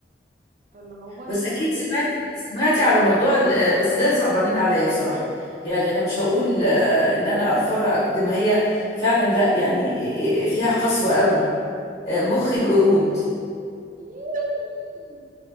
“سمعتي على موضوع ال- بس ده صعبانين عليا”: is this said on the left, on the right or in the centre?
Left